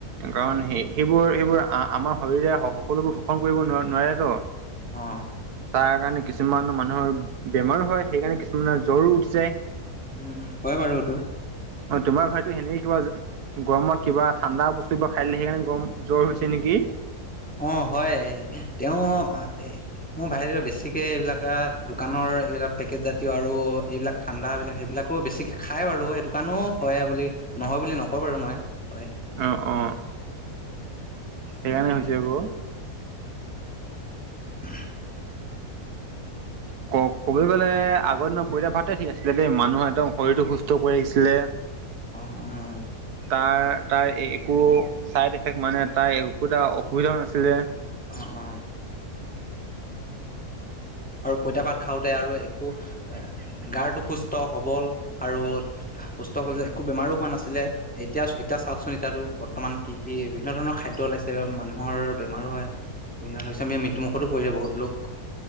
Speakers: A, on the right; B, in the centre.
A: কাৰণ সেই সেইবোৰ সেইবোৰ আমাৰ শৰীৰে সকলোবোৰ শোষণ কৰিব ন নোৱাৰে তো।
B: অ
A: তাৰ কাৰণে কিছুমান মানুহৰ বেমাৰো হয়। সেইকাৰণে কিছুমানৰ জ্বৰো উঠি যায়।
B: উম উম হয় বাৰু সেইটো।
A: অ তোমাৰ ভাইটিৰ সেনেকে কিবা গৰমত কিবা ঠাণ্ডা বস্তু কিবা খাই দিলে। সেইকাৰণে গৰম জ্বৰ হৈছে নেকি?
B: অ হয় তেওঁ এহ মোৰ ভাইৰে বেছিকে এইবিলাক আ দোকানৰ এইবিলাক পেকেট জাতীয় আৰু এইবিলাক ঠাণ্ডাবিলাক সেইবিলাকো বেছি খাই বাৰু, সেইটো কাৰণেও হয় বুলি নহয় বুলি নকওঁ বাৰু মই হয়।
A: অহ অহ সেইকাৰণে হৈছে আক।
B: <inaudible>
A: ক কবলৈ গ'লে আগৰ দিনৰ পইতা ভাতে ঠিক আছিলে দেই মানুহৰ একদম শৰীৰটো সুস্থ কৰি ৰাখিছিলে।
B: উম উম।
A: তাৰ তাৰ একো চাইড এফেক্ট মানে তাৰ একোটা অসুবিধাও নাছিলে।
B: অহ অহ আৰু পইতা ভাত খাওঁতে আৰু একো এ গাটো সুস্থ সবল আৰু সুস্থ হ'লে একো বেমাৰো হোৱা নাছিলে। এতিয়া এতিয়া চাওঁকচোন এতিয়াতো বৰ্তমান কি কি বিভিন্ন ধৰণৰ খাদ্য ওলাইছে বাৰু মানুহৰ বেমাৰো হয়। <unintelligible> মৃত্যু মুখতো পৰিলে বহুত লোক।